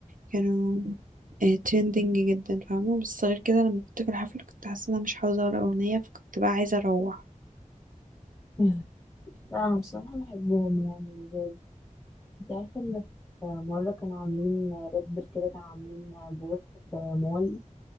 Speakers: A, on the right (about 85°); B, on the left (about 20°).
A: كانوا آه ترندنج جدا فاهمه بس غير كده لما كنت في الحفله كنت حاسه ان انا مش حافظه ولا اغنيه فكنت بقى عايزه اروح
B: <laughs> لا انا بصراحة بحبهم يعني زي انت عارفة ان في مرة كانوا عاملين ريد بول كده كانوا عاملين بوث في مول